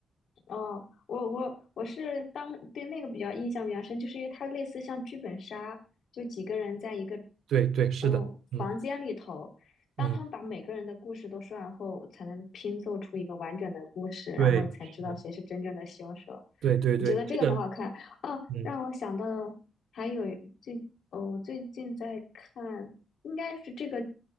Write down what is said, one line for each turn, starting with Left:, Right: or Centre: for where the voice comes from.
Left: 哦，我我我是当对那个比较印象比较深，就是因为它类似像剧本杀，就几个人在一个
Right: 对对，是的，
Left: 嗯、呃房间里头，
Right: 嗯
Left: 当他们把每个人的故事都说完后，
Right: 嗯，
Left: 才能拼凑出一个完整的故事，然后你才知道谁是真正的凶手。
Right: 对，是的，对对对，
Left: 你觉得这个很好看啊，
Right: 这个嗯。
Left: 让我想到还有最哦，我最近在看。应该是这个